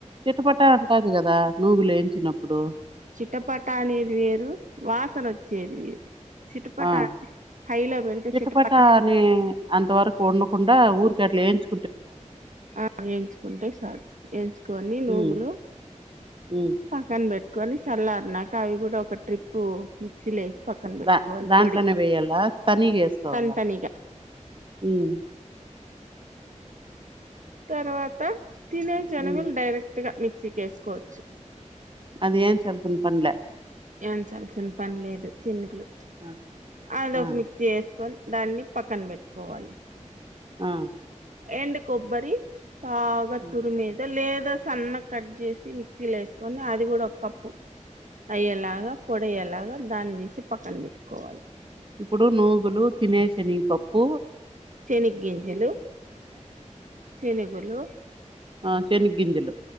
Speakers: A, on the right; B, on the right.
A: చెటపట అంటాది కదా నుగులు ఏయించినప్పుడు
B: చిటపట అనేది వేరు వాసనొచ్చేది వేరు చిటపట
A: ఆ
B: అంటే హైలో పెడితే
A: చిటపట
B: అని
A: అనే అంతవరకు ఉండకుండా ఊరు <unintelligible> అట్లేంచు
B: ఆ ఏంచుకుంటే చాలు ఏంచుకొని నూగులు
A: ఉమ్ ఉమ్
B: పక్కన పెట్ కోని చల్లారినాక అవి కూడా ఒక ట్రిప్పు మిక్సీలో వేసి పక్కన పెట్టుకోవాలి
A: దా దాంట్లోనే
B: పొడి
A: వెయ్యాలా తనీగ ఏసుకోవాలా
B: తనితనిగా
A: మ్మ్
B: తర్వాత తినే చనగలు
A: ఉమ్
B: డైరక్ త్తగా మిక్సీకేసుకోవచ్చు
A: అది ఏంచాల్సిన పనిలే
B: ఏం చాల <unintelligible> పనిలేదు చెనికులు
A: ఆ
B: అదొక
A: ఆ
B: మిక్సీ ఏసుకొని దాన్ని పక్కన పెట్టుకోవాలి
A: ఆ
B: ఎండ్ కొబ్బరి బాగా
A: ఉమ్.
B: తురుమేద లేద్ <unintelligible> సన్నగా కట్ చేసి మిక్సీలో వేసుకొని, అది కూడా ఒక కప్పు అయ్యేలాగా పొడయేలాగా దాన్ని తీసి పక్కన పెట్టుకోవాలి.
A: ఇప్పుడు నూగులు తినే శనగ పప్పు
B: శనిక్ గింజలు చెనుగులు
A: ఆ శనిక్ గింజలు